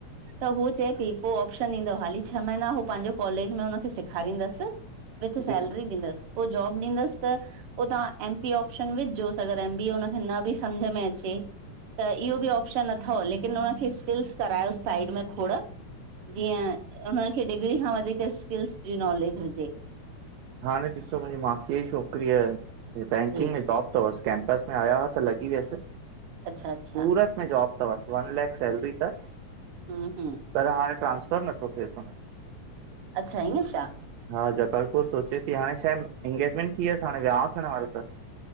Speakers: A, on the right; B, on the right.
A: त हूऔ चए पई पो ऑप्शन ईंदो हाली छह महीना हू पांजो कॉलेज में हुनखे सेखारीन्दस विथ सैलरी
B: जी
A: ॾींदस पो जॉब ॾींदस त पो ताहां एमपी ऑप्शन विझ जोस अगर एमबीए हुनखे न बि समझ में अचे। त इहो बि ऑप्शन अथव लेकिन हुनखे स्किल्स करायोस साइड में खोड़। जीअं हुन खे डिग्री खां वधीक स्किल्स जी नॉलेज हुजे।
B: हाणे ॾिसो मुंजी मासीअ जी छोकिरअ हे बैंकिंग
A: जी
B: में टॉप तवस कैंपस में आया हा त लॻी व्यस सूरत
A: अच्छा अच्छा
B: में जॉब तवस वन लैक सैलरी तस।
A: हम्म हम्म।
B: पर हाणे ट्रांसफर नथो थेस।
A: अच्छा ईअ छा?
B: हा जबलपुर सोचे ती हाणे छा आहे इंगेॼमेंट थी व्यस हाणे व्याहव थ्यण वारो तस।